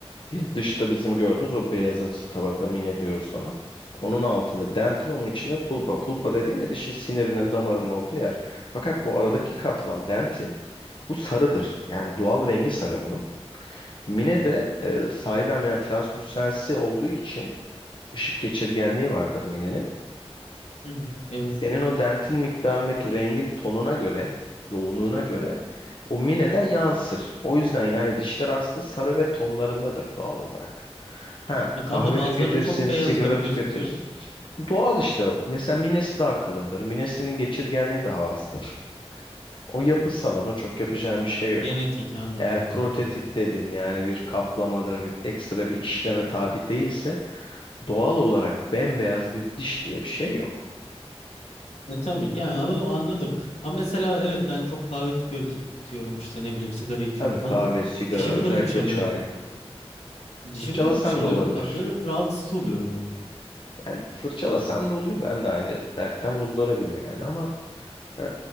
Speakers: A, on the left; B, on the left.
A: Bir dışta bizim gördüğümüz o beyazımsı tabaka mine diyoruz ona. Onun altında dentin onun içine pulpa. Pulpa dediğin de dişin sinirinin damarının olduğu yer. Fakat bu aradaki katman dentin bu sarıdır. Yani doğal rengi sarı bunun. Mine de e, saydam yani translüsensi olduğu için ışık geçirgenliği vardır minenin.
B: Hı hı, evet.
A: Senin o dentin miktarındaki rengin tonuna göre, yoğunluğuna göre o mineden yansır. O yüzden yani dişler aslında sarı ve tonlarındadır doğal olarak. Ha,
B: E,
A: kahve
B: tam da bazılarının
A: tüketirsin,
B: çok beyaz
A: sigara
B: gibi gözüküyor.
A: tüketirsin. Doğal işte. Mesela minesi daha kalındır. Minesinin geçirgenliği daha azdır. O yapısal, ona çok yapacağın bir şey yok.
B: Genetik anladım.
A: Eğer protetik
B: Hmm.
A: dedin yani bir kaplamadır, bir ekstra bir işleme tabi değilse doğal olarak bembeyaz bir diş diye bir şey yok.
B: E tabii yani o anladım. Ama mesela evet ben çok kahve tüketiyorum işte ne bileyim sigara içiyorum
A: Tabii
B: falan.
A: kahve, sigara,
B: Dişimi
A: özellikle
B: de fırçalıyorum.
A: çay.
B: Dişimi
A: Fırçalasan
B: de fırçalıyorum.
A: da olabilir.
B: E, Böyle rahatsız oluyorum ama.
A: Yani fırçalasan
B: Ha,
A: da oluyor. Ben de aynı dertten muzdaribim yani. Ama e,